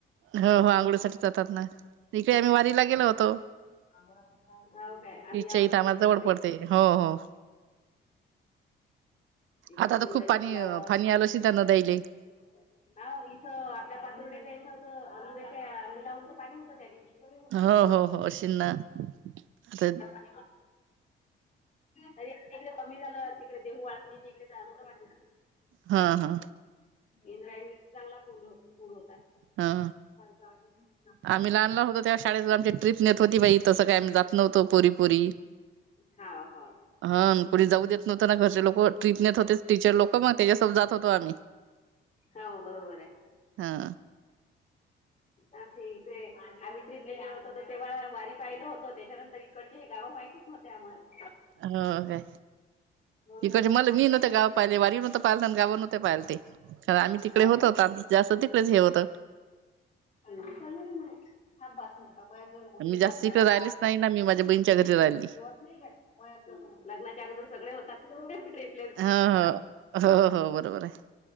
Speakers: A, on the right; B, on the left.
A: हो हो.. आंघोळीसाठी जातात ना, इकडे आम्ही वारीला गेलो होतो.
B: हाव काय आम्ही
A: इथच्या
B: या
A: इथं
B: वर्षी
A: आम्हाला
B: नाही गेलो
A: जवळ
B: पाहि
A: पडते
B: तिथं.
A: हो हो.
B: इकडे
A: आता आता
B: खिरोड्याच्या
A: खूप पाणी
B: पुलावर
A: पाणी आल अशील त्यां नद्यायले.
B: इथं आपल्या पातुर्ड्याच्या इथं, तर अोड्याच्या पुलावरच पाणी होतं त्या दिवशी. हम्म,
A: हो हो हो अशीन ना आता
B: <unintelligible> तिकडे कमी झालं तिकडे देहू आळंदीचे. <unintelligible>
A: हा हा.
B: इंद्रायणी चांगला पूर्ण पूर होता.
A: हा.
B: <unintelligible>
A: आम्ही लहान लहान होतो तेव्हा शाळेत आमची ट्रिप नेत होती बाई तस काही आम्ही जात नवतो पोरी पोरी.
B: हाव हाव.
A: ह कुणी जाऊ देत नव्हत ना घरचे लोक ट्रीप नेत होते टीचर लोक मग त्यांच्यासोबत जात होतो आम्ही.
B: हौव बरोबर आहे.
A: हा
B: आमच्या इकडे आम्ही ट्रीपले गेलं होतो तर तेव्हा वारी पाहिलं होतं त्याच्यानंतर इ कडचे हे गांव, माहितच न्हवते आम्हाला.
A: हो. काय
B: मग
A: इकडचे,
B: लग्न झाल्यावर
A: मला मी नव्हते
B: मग माहित
A: गाव.
B: झालं.
A: पहिले वारी न पाहिलत आणि गावावर न ते पाहिल ते, कारण आम्ही तिकडे
B: हाव
A: होतो
B: ना
A: जास्त तिकडेच हे होतं.
B: <unintelligible>
A: मी जास्त इकडे राहिलेच नाही ना मी माझ्या बहीणच्या घरी राहिली.
B: होत नाही का नाही लग्नाच्या अगोदर सगळे होतात ट्रिप. <unintelligible>
A: ह हो हो हो बरोबर आहे.